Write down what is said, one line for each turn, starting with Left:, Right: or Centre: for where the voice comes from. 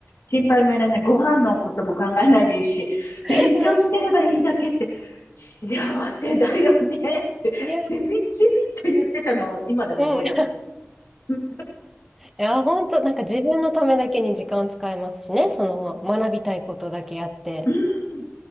Left: 心配もいらない、ご飯のことも考えないでいいし、勉強してればいいだけって、
Centre: う
Left: 幸せだよねって、
Centre: んいや、
Left: しみじみと言ってたのを今でも覚えてます。
Centre: うん。い
Left: うん
Centre: や、本当、なんか自分のためだけに時間使えますしね、その学びたいことだけやって。
Left: うん